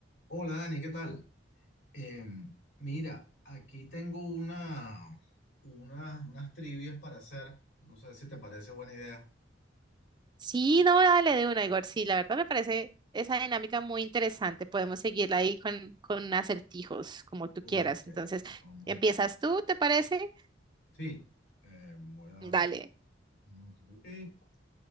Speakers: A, on the left; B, on the right.
A: Hola Dani, ¿qué tal? Em, mira, aquí tengo una, una- unas trivias para hacer. No sé si te parece buena idea.
B: Sí, no, dale de una, Igor. Sí, la verdad me parece esa dinámica muy interesante. Podemos seguirla ahí con, con acertijos, como tú
A: Ok,
B: quieras. Entonces,
A: vamos.
B: ¿empiezas tú, te parece?
A: Sí, eh, voy a dar un
B: Dale,
A: minutito aquí.